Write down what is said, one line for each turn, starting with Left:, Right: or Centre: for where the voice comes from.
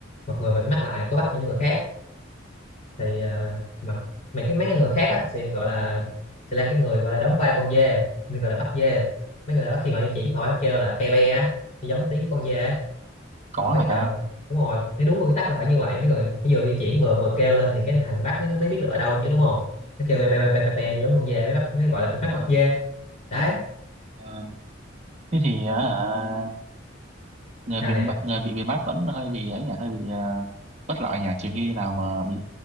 Left: một người bịt mắt lại có bắt những người khác thì à, mà mà cái mấy cái người khác á sẽ gọi là sẽ là cái người gọi là đóng vai con dê người gọi là bắt dê mấy người đó khi họ di chuyển họ kêu là pe pe á giống tiếng con dê ấy
Right: có
Left: còn mấy
Right: hả
Left: cái trò
Right: ta
Left: đúng rồi nếu đúng quy tắc là phải như vậy mấy người phải vừa di chuyển vừa vừa kêu lên thì cái thằng bắt mới mới biết được ở đâu chứ đúng không nó kêu be be be be be,
Right: ừ,
Left: be giống con dê mới bắt nó gọi là bị bắt
Right: ừ.
Left: bắt dê đấy
Right: À, thế thì à, người
Left: sao
Right: bị
Left: nè
Right: bắt người bị bị bắt vẫn hơi bị ấy nhỉ hơi bị à, bất lợi nhỉ trừ khi nào mà bị